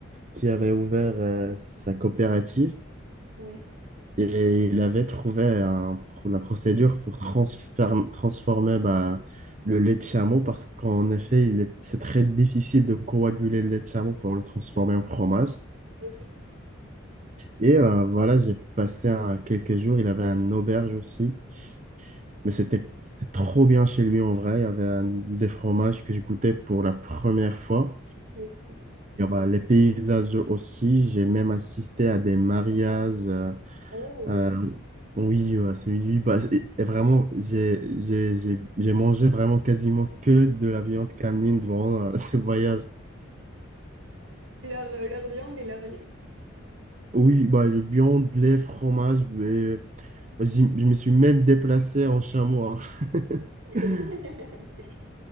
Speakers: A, on the right; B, on the right.
A: qui avait ouvert euh, sa coopérative
B: <laughs> Ouais,
A: et il avait trouvé un pro- la procédure pour transfer- transformer bah, le lait de chameau parce qu'en effet, il est- c'est très difficile de coaguler le lait de chameau pour le transformer en fromage.
B: ok.
A: Et euh, voilà, j'ai passé un- quelques jours. Il avait une auberge aussi. Mais c'était c'était trop bien chez lui en vrai. Il y avait un- des fromages que je goûtais pour la première fois.
B: Ok.
A: Et, euh, bah, les paysages aussi. J'ai même assisté à des mariages. euh,
B: Oh.
A: euh, oui, euh, c'est lui. Bah, c'est- et vraiment, j'ai j'ai- j'ai- j'ai mangé vraiment quasiment que de la viande cameline durant euh, <laughs> ce voyage.
B: euh, Leur, euh, leur viande et leur lait.
A: Oui, bah, le viande, lait, fromage. mais, euh, j'y- je me suis même déplacé en chameau. hein.
B: <laughs>
A: <laughs>